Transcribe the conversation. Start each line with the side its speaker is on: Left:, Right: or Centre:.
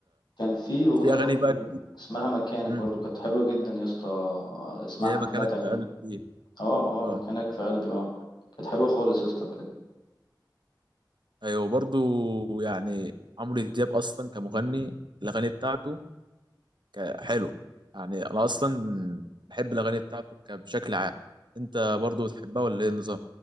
Left: كان في اغنيه
Right: كانت في اغاني
Left: برضو
Right: بقى
Left: اسمها مكانك
Right: مم.
Left: برضو كانت حلوه جدا يا اسطى آه، اسمعها
Right: هي مكانك
Left: كده هتعجبك
Right: في قلبي
Left: اه
Right: اه
Left: اه مكانك في قلبي اه كانت حلوة خالص يا اسطى بجد
Right: ايوه برضو يعني عمرو دياب اصلا كمغني الاغاني بتاعته ك- حلوه يعني انا اصلا بحب الاغاني بتاعته ك- بشكل عام انت برضو بتحبها ولا ايه النظام